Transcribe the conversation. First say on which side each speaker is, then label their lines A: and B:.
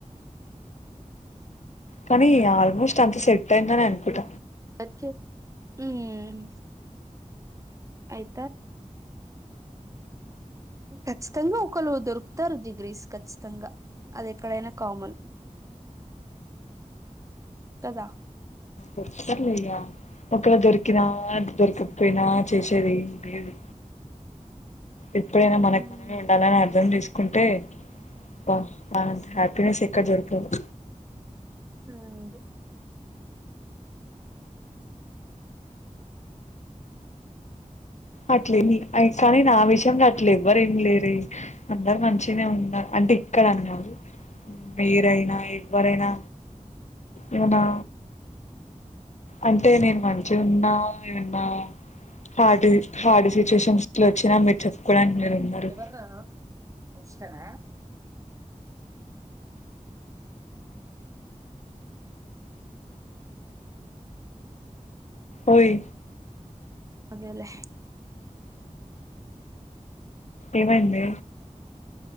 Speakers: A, on the left (about 60°); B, on the right (about 25°).
A: కానీ ఆల్మోస్ట్ అంత సెట్ అయిందనే అనుకుంట.
B: అచ్చే ఉమ్ అయిత ఖచ్చితంగా ఒకళ్ళు దొరుకుతారు జిగ్రీస్ ఖచ్చితంగా అది ఎక్కడైనా కామన్ కదా
A: వస్తర్లేయ్యా ఒకవేళ దొరికినా అ దొరకకపోయినా చేసేది ఏ ఉండది ఎప్పుడైనా మనకు
B: మ్మ్.
A: మనమే ఉండాలని అర్థం చేసుకో కుంటే బ హ్యాపీనెస్ ఎక్కడ దొరకదు
B: ఉమ్
A: అట్లేని కానీ నా విషయంలో అట్లే ఎవ్వరు ఏమి లేరే అందరు మంచిగనే ఉన్నారు అంటే ఇక్కడ అనికాదు మీరైనా ఎవ్వరైనా అవునా అంటే నేను మంచిగ ఉన్నా ఏన్నా హార్డ్ హార్డ్ సిచ్యువేషన్స్ లో వచ్చినా మీరు చెప్పుకోవడానికి మీరు ఉన్నారు
B: ఎవరు నాన ముస్తానా
A: ఓయ్
B: అదేలే
A: ఏమైందే